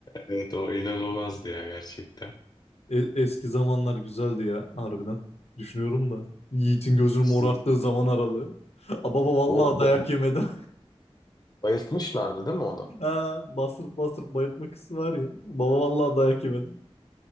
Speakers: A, on the left; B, on the left.
A: Evet o inanılmazdı ya gerçekten.
B: e- eski zamanlar güzeldi ya harbiden. Düşünüyorum da. Yiğit'in gözünü
A: Sizin-
B: morarttığı zaman aralığı. <laughs> Aa, Baba vallahi
A: O
B: dayak
A: bo-
B: yemedim.
A: bayıltmışlardı değil mi onu?
B: Ha, bastırıp bastırıp bayıltma kısmı var ya. Baba vallahi dayak yemedim.